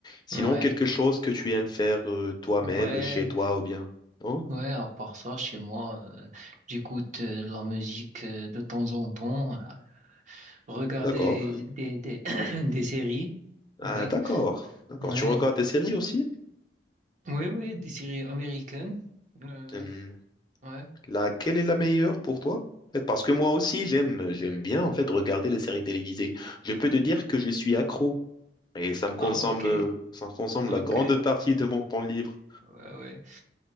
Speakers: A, on the left; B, on the right.
A: Sinon,
B: ouais,
A: quelque chose que tu aimes faire euh, toi-même,
B: ouais,
A: chez toi ou bien? Non?
B: ouais. À part ça, chez moi, euh, j'écoute euh, de la musique euh, de temps en temps, euh, regarder
A: D'accord.
B: des, des, <clears throat> des séries.
A: Ah,
B: Ouais.
A: d'accord. D'accord.
B: Ouais,
A: Tu regardes des séries aussi?
B: Oui, oui, des séries américaines. Euh,
A: Hum,
B: ouais.
A: laquelle est la meilleure pour toi? En fait, Parce que moi aussi, j'aime, j'aime bien en fait regarder les séries télévisées. Je peux te dire que je suis accro et ça me consomme,
B: Ah, ok.
A: euh, ça me consomme
B: Ah,
A: la grande
B: Ok. Ouais,
A: partie de mon temps libre.
B: ouais.